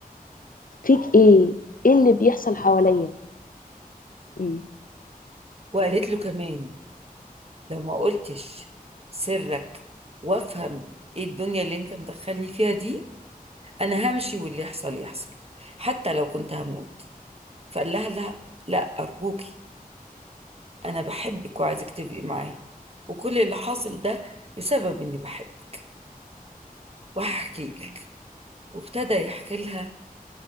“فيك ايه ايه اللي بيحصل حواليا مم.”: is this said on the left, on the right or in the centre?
Left